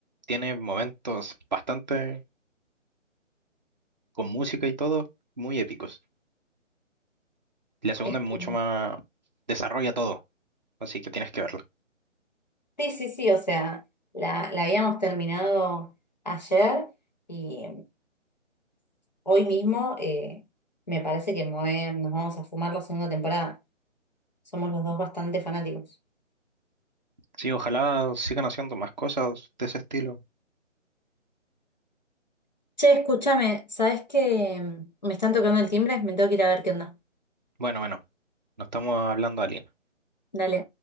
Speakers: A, on the right; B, on the left.
A: tiene momentos bastante con música y todo, muy épicos. Y la segunda
B: Es
A: es
B: que,
A: mucho más, desarrolla todo, así que tienes que verlo.
B: Sí, sí, sí, o sea, la, la habíamos terminado ayer y hoy mismo eh, me parece que me voy- nos vamos a fumar la segunda temporada. Somos los dos bastante fanáticos.
A: Sí, ojalá sigan haciendo más cosas de ese estilo.
B: che, escúchame, ¿sabes que Me están tocando el timbre, me tengo que ir a ver qué onda.
A: Bueno, bueno, no estamos hablando de Alien.
B: Dale.